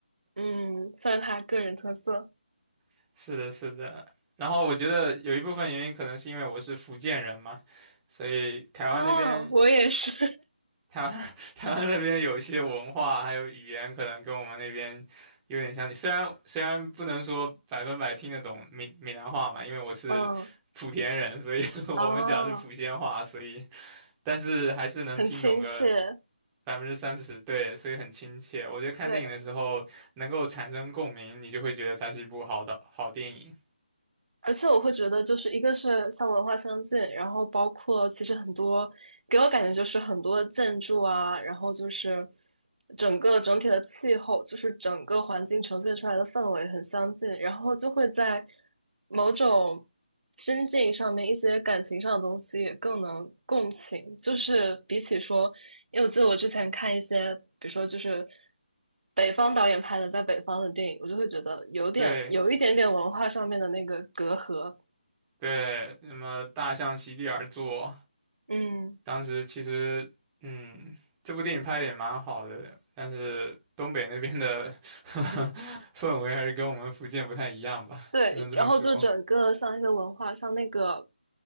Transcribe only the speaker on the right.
嗯，算是他个人特色
啊，我也是。
<laughs> 嗯，
哦，
很亲切。
对，
而且我会觉得，就是一个是像文化相近，然后包括其实很多给我感觉就是很多建筑啊，然后就是整个整体的气候，就是整个环境呈现出来的氛围很相近，然后就会在某种心境上面一些感情上的东西也更能共情，就是比起说，因为我记得我之前看一些，比如说就是。北方导演拍的在北方的电影，我就会觉得有点有一点点文化上面的那个隔阂。
嗯，
对，
然后就整个像一些文化，像那个